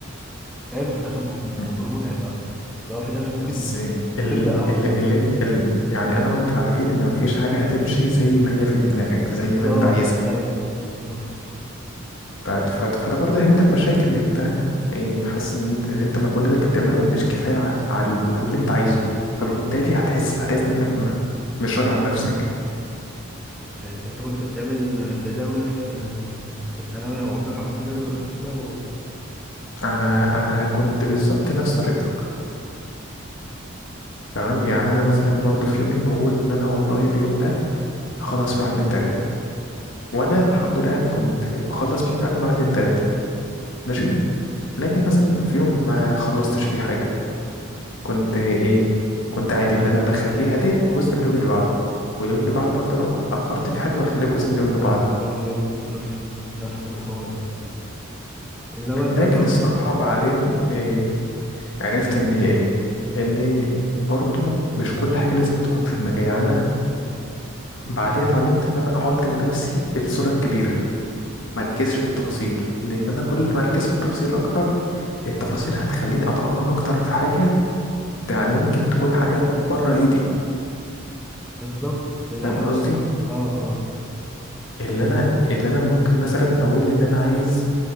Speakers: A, in the centre; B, on the left.
A: فاهم فده كان مو- موضوع
B: مم.
A: متعب قوي لو في ناس ممكن
B: بس
A: بتبدا
B: ال
A: على
B: ال
A: طول
B: اللي انت ال يعني انا وانت عارفين ان مفيش حاجه هتمشي زي ما هي في دماغك زي
A: بالظبط
B: ما انت عايزها
A: ايوه بالظبط
B: ف- ف- فده برضه هيعمل لك مشاكل اللي انت ايه حاسس ان انت اللي انت المجهود اللي انت بتعمله مش كفايه ع- على ال- على اللي انت عايزه فبالتالي
A: اه
B: هتحس هتحس انك م- مش راضي عن نفسك
A: ايوه انت كنت بتعمل جداول في في ثانوي او عمرك عملت جدول قبل كده و
B: انا انا كنت بالظبط نفس طريقتك تمام
A: مم.
B: يعني انا مثلا برضه في يومي بقول ان انا والله اليوم ده هخلص فيه واحد اتنين تلاته وانا الحمد لله يعني كنت مخلص فيه فعلا واحد اتنين تلاته ماشي
A: مم.
B: لكن مثلا في يوم ما خلصتش فيه حاجة كنت ايه كنت عادي اللي انا بخليها ده جزء من اليوم اللي بعده واليوم اللي بعده برضه لو اخرت في حاجة بخليها جزء من اليوم اللي
A: اه
B: بعده
A: انا برضو كنت نفس ال- نفس الحوار ده انما ان
B: لكن
A: انا أقعد-
B: الصراحة بعدين إيه عرفت ان هي ايه ان برضه مش كل حاجة لازم تكون في دماغي يعني انا بعدين اتعلمت ان انا احط لنفسي الصورة الكبيرة مركزش في التفاصيل لان انا كل ما اركز في التفاصيل اكتر التفاصيل هتخليني اتعمق اكتر في حاجة ده يعني ممكن تكون حاجة بره ايدي
A: بالظبط دي
B: فاهم
A: حاجه
B: قصدي
A: اصلا اه اه
B: اللي انا اللي انا ممكن مثلا اقول ان انا عايز